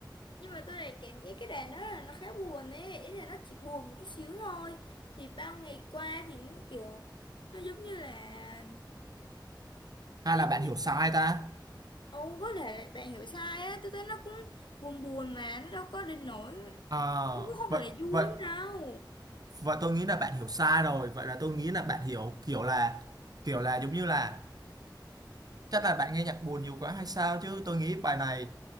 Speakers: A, on the left (about 80°); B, on the right (about 55°).
A: nhưng mà tôi lại cảm giác cái đàn đó là nó khá buồn ấy ý là nó chỉ buồn một chút xíu thôi thì bao ngày qua thì nó kiểu nó giống như là
B: hay
A: đi
B: là bạn hiểu sai ta
A: Ồ, có thể là bạn hiểu sai á tôi thấy nó cũng buồn buồn mà nó đâu có đến nỗi
B: à,
A: nó cũng không
B: vậy
A: phải là vui
B: vậy
A: lắm đâu
B: và tôi nghĩ là bạn hiểu sai rồi vậy là tôi nghĩ là bạn hiểu kiểu là kiểu là giống như là chắc là bạn nghe nhạc buồn nhiều quá hay sao chứ tôi nghĩ bài này